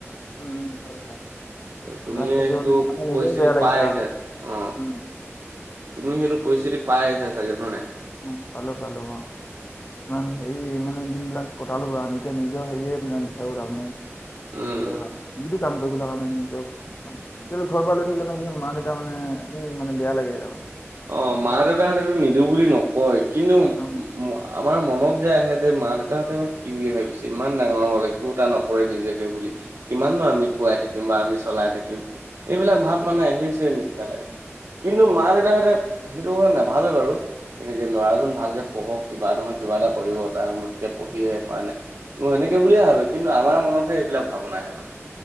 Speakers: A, on the left; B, on the right.
A: উম উম হয় লাজ,
B: তুমিয়ে
A: লাজ লাগে
B: সেইটো
A: মানে নিজে নিজেই
B: পৰিস্থিতি
A: বেয়া লাগিছে
B: পাই আহিছা
A: আৰু
B: অ
A: উম।
B: তুমি সেইটো পৰিস্থিতি পায় আহিছা চাগে হয় নাই
A: উম, পালোঁ পালোঁ অ'হ ইমান হেৰি ইমানে দিনবিলাক কটালো কাৰণে এতিয়া নিজৰ হেৰিয়ে বিচাৰো তাৰমানে।
B: উম
A: কৰিবলৈ অ', যিটো কাম কৰিবলৈ মানে নিজৰ কিয়নো ঘৰৰ পৰা লৈ থাকিলে মানে মা দেউতা মানে এনেই মানে বেয়া লাগে তাৰমানে।
B: অ'হ
A: আজিকালি
B: মা দেউতাহতেতো নিদো বুলি নকয় কিন্তু
A: অ, উম,
B: আমাৰ। মনত যে আহে যে মা দেউতাহঁতে বা কি বুলি ভাবিছে ইমান ডাঙৰ হল একো এটা নকৰে নিজকে বুলি। কিমাননো আমি খোৱাই থাকিম বা আমি চলাই থাকিম এইবিলাক ভাৱ মানে আহিছে নিচিনা লাগে। কিন্তু মা দেউতাহঁতে সেইটো কথা নাভাবে বাৰু তেনেকে ল'ৰাজন ভালকে পঢ়ক কিবা নহয় কিবা এটা কৰিব তাৰ সময়তকে পঢ়িয়ে শেষ হোৱা নাই মই সেনেকে
A: উম,
B: বুলিয়ে ভাবে। কিন্তু আমাৰ মনতে এইবিলাক ভাৱনা আহে মানে